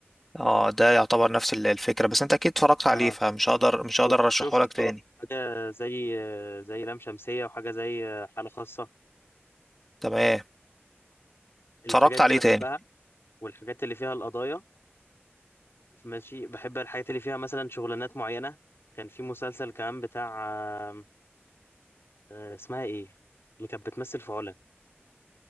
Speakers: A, in the centre; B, on the left.
A: اه ده يعتبر نفس ال- الفكره بس انت اكيد اتفرجت عليه
B: اه
A: فمش هقدر
B: شفته
A: مش هقدر ارشحه
B: شفته
A: لك تاني
B: حاجه زي زي لام شمسيه وحاجه زي حاله خاصه
A: تمام
B: الحاجات
A: اتفرجت
B: دي
A: عليه
B: بحبها
A: تاني
B: والحاجات اللي فيها القضايا ماشي بحب الحاجات اللي فيها مثلا شغلانات معينة كان في مسلسل كمان بتاع آم، آه، اسمها ايه اللي كانت بتمثل في علا